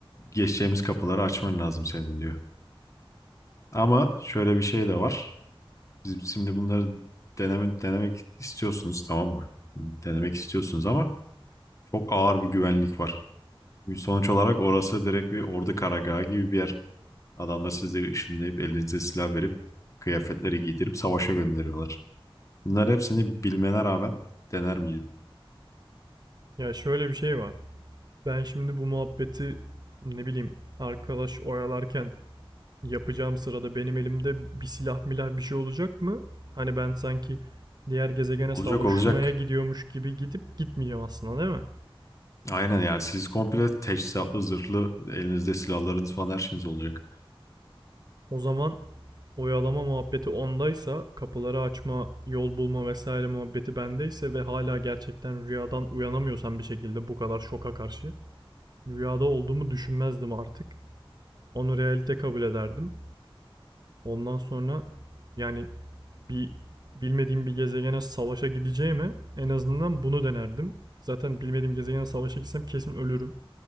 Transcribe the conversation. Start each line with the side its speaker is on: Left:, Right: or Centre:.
Left: geçeceğimiz kapıları açman lazım senin diyor. Ama şöyle bir şey de var. Biz şimdi bunları deneme, denemek istiyorsunuz tamam mı? Denemek istiyorsunuz ama çok ağır bir güvenlik var. Sonuç olarak orası direkt bir ordu karargahı gibi bir yer. Adamlar sizi ışınlayıp elinize silah verip kıyafetleri giydirip savaşa gönderiyorlar. Bunların hepsini bilmene rağmen dener miydin?
Right: Ya şöyle bir şey var. Ben şimdi bu muhabbeti ne bileyim arkadaş oyalarken yapacağım sırada benim elimde bir silah milah bir şey olacak mı? Hani ben sanki diğer gezegene
Left: Olacak
Right: savaşmaya
Left: olacak.
Right: gidiyormuş gibi gidip gitmeyeceğim aslında değil mi?
Left: Aynen yani siz komple teçhizatlı, zırhlı, elinizde silahlarınız falan her şeyiniz olacak.
Right: O zaman oyalama muhabbeti ondaysa, kapıları açma, yol bulma vesaire muhabbeti bendeyse ve hala gerçekten rüyadan uyanamıyorsam bir şekilde bu kadar şoka karşı rüyada olduğumu düşünmezdim artık. Onu realite kabul ederdim. Ondan sonra yani bir bilmediğim bir gezegene savaşa gideceğime en azından bunu denerdim. Zaten bilmediğim gezegene savaşa gitsem kesin ölürüm.